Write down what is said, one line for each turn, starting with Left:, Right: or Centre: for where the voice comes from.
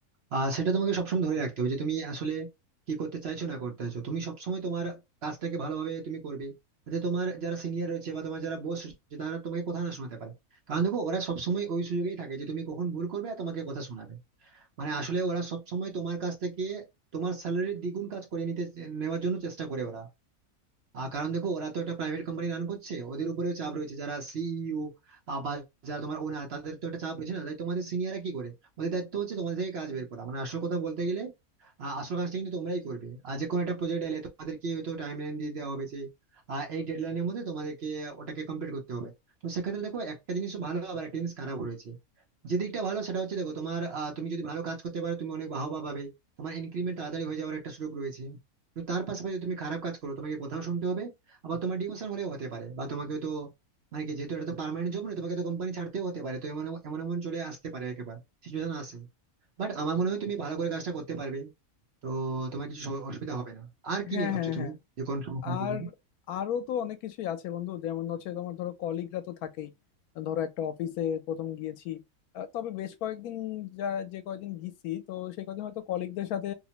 Right: আহ সেটা তোমাকে সবসময় ধরে রাখতে হবে যে তুমি আসলে কি করতে চাইছো না করতে চাইছো তুমি সবসময় তোমার কাজটাকে ভালোভাবে তুমি করবে যাতে তোমার যারা সিনিয়র রয়েছে বা তোমার যারা বস রয়েছে তারা তোমাকে কথা না শোনাতে পারে কারণ দেখো ওরা সবসময় ওই সুযোগেই থাকে যে তুমি কখন ভুল করবে আর তোমাকে কথা শোনাবে মানে আসলে ওরা সবসময় তোমার কাছ থেকে তোমার স্যালারির দ্বিগুণ কাজ করে নিতে নেওয়ার জন্য চেষ্টা করে ওরা আহ, কারণ দেখো ওরা তো একটা প্রাইভেট কোম্পানি রান করছে ওদের উপরেও চাপ রয়েছে যারা সিইও বা যারা তোমার ওনার তাদের তো একটা চাপ রয়েছে না তাই তোমাদের সিনিয়ররা কি করে ওদের দায়িত্ব হচ্ছে তোমাদের থেকে কাজ বের করা মানে আসল কথা বলতে গেলে আহ, আসল কাজটা কিন্তু তোমরাই করবে আর যে কোনো একটা প্রজেক্ট এলে তোমাদেরকে হয়তো টাইম লাইন দিয়ে দেওয়া হবে যে আহ, এই ডেডলাইনের মধ্যে তোমাদেরকে ওটাকে কমপ্লিট করতে হবে তো সেক্ষেত্রে দেখো একটা জিনিস ভালো আবার একটা জিনিস খারাপ রয়েছে যে দিকটা ভালো সেটা হচ্ছে দেখো তোমার আহ, তুমি যদি ভালো কাজ করতে পারো তুমি অনেক বাহবা পাবে তোমার ইনক্রিমেন্ট তাড়াতাড়ি হয়ে যাওয়ার একটা সুযোগ রয়েছে তো তার পাশাপাশি যদি তুমি খারাপ কাজ করো তোমাকে কোথাও শুনতে হবে আবার তোমার ডিমোশন হলেও হতে পারে বা তোমাকে তো মানে কি যেহেতু এটা তো পার্মানেন্ট জব নয় তোমাকে তো কোম্পানি ছাড়তেও হতে পারে তো এমন এমন এমন চলে আসতে পারে একেবারে সিচুয়েশন আসে বাট আমার মনে হয় তুমি ভালো করে কাজটা করতে পারবে তো তোমার কিছু স- অসুবিধা হবে না আর কি
Left: হ্যাঁ
Right: নিয়ে ভাবছো
Left: হ্যাঁ
Right: তুমি
Left: হ্যাঁ
Right: যে কোন সমস্যা
Left: আর
Right: হবে বলে?
Left: আরো তো অনেক কিছুই আছে বন্ধু যেমন হচ্ছে তোমার ধরো কলিগরা তো থাকেই ধরো একটা অফিসে প্রথম গিয়েছি আহ, তবে বেশ কয়েকদিন যা যে কয়েকদিন গিয়েছি তো সেই কয়েকদিন হয়তো কলিগদের সাথে